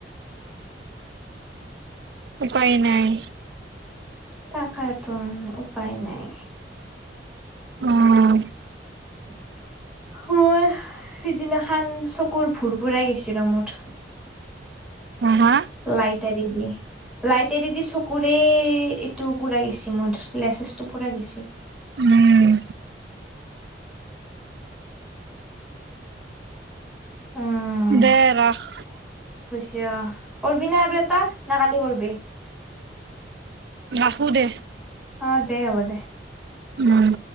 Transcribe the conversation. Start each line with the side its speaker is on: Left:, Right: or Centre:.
Right: উপাই নাই
Centre: তাকেটো উপায় নাই
Right: উম
Centre: <unintelligible> মই সিদিনাখান চকুৰ ভোৰ ভোৰাই গেছি ৰ মুঠ
Right: উ মা
Centre: লাই তাৰিকে লাইট এৰি দি চকুৰে এইটো পুৰা গেছি মোৰ লেছেছটো পুৰা গেছি
Right: উম
Centre: উম
Right: দে ৰাখ
Centre: এয়া কৰবি না আৰু এটা না কালি কৰবি
Right: ৰাখো দে
Centre: আহ দে হ'ব দে
Right: উম